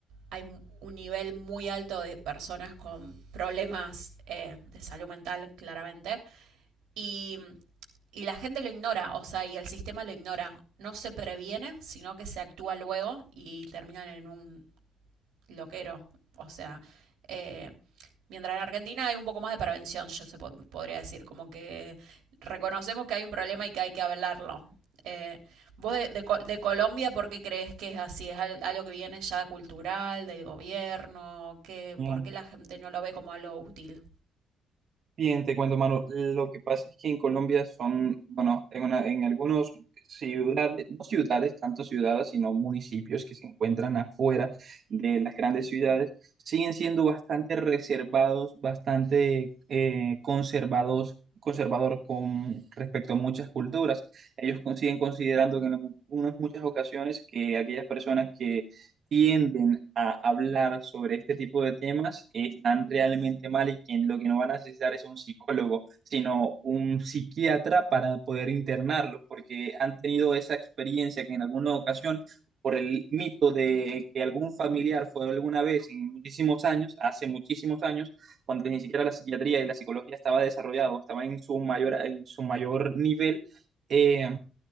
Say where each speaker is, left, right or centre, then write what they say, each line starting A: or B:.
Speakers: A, on the right (about 85°); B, on the right (about 60°).
A: hay un nivel muy alto de personas con problemas eh, de salud mental, claramente, y, y la gente lo ignora, o sea, y el sistema lo ignora. No se previene, sino que se actúa luego y terminan en un loquero. O sea, eh, mientras en Argentina hay un poco más de prevención, yo se po- podría decir, como que reconocemos que hay un problema y que hay que hablarlo. Eh, vos de, de Co- de Colombia, ¿por qué crees que es así? ¿Es al- algo que viene ya cultural, del gobierno? ¿Qué,
B: Eh,
A: ¿Por qué la gente no lo ve como algo útil?
B: Bien, te cuento, Manu. Lo que pasa es que en Colombia son, bueno, en, una- en algunos ciudades, no ciudades, tanto ciudades, sino municipios que se encuentran afuera de las grandes ciudades, siguen siendo bastante reservados, bastante eh, conservados, conservador con respecto a muchas culturas. Ellos con- siguen considerando que en algunas muchas ocasiones que aquellas personas que tienden a hablar sobre este tipo de temas eh, están realmente mal y que lo que no van a necesitar es un psicólogo, sino un psiquiatra para poder internarlos, porque han tenido esa experiencia que en alguna ocasión, por el mito de que algún familiar fue alguna vez en muchísimos años, hace muchísimos años, cuando ni siquiera la psiquiatría y la psicología estaba desarrollado, estaba en su mayor, en su mayor nivel, eh,